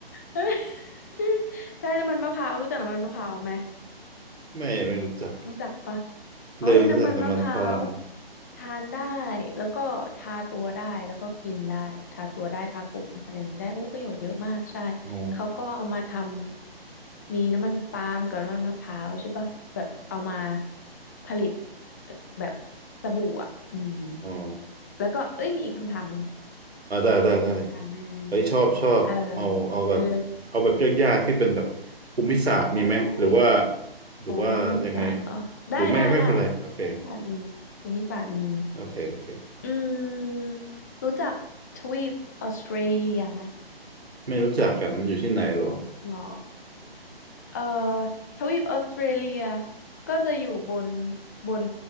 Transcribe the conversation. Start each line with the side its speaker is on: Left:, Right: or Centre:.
Left: <laughs> อใช่น้ำมันมะพร้าวรู้จักน้ำมันมะพร้าวไหม
Right: ไม่ไม่รู้จัก
Left: รู้จักปะอ๋อยน้ำมันมะพร้าว
Right: เดินรู้จักน้ำมันปาล์ม
Left: ทานได้แล้วก็ทาตัวได้แล้วก็กินได้ทาตัวได้ทาผมอะไรอย่างนี้ได้โอ้ประโยชน์เยอะมากใช่
Right: อ๋อ
Left: เขาก็เอามาทำมีน้ำมันปาล์มกับน้ำมันมะพร้าวใช่ปะแบบเอามาผลิตเอ่อแบบสบู่อ่ะอืม
Right: อ๋อ
Left: แล้วก็เอ้ยมีอีกคำถามหนึ่ง
Right: อ่าได้ได้ได้
Left: มีอีกคำถามหนึ่ง
Right: เฮ้ยชอบชอบเอาเอาแบบเอาแบบยากๆที่เป็นแบบภูมิศาสตร์มีไหมหรือว่า
Left: เออเออได้
Right: หรือว่ายังไง
Left: อ๋อภูมิศาสตร์เหรอได้ได้ได้
Right: หรือไม่ไม่เป็นไรโอเค
Left: ภูมิศาสตร์มีภูมิศาสตร์มี
Right: โอเคโอเค
Left: อืมรู้จักทวีปออสเตรเลียไหม
Right: ไม่รู้จักอ่ะมันอยู่ที่ไหนเหรอ
Left: หรอเอ่อทวีปออสเตรเลียก็จะอยู่บนบน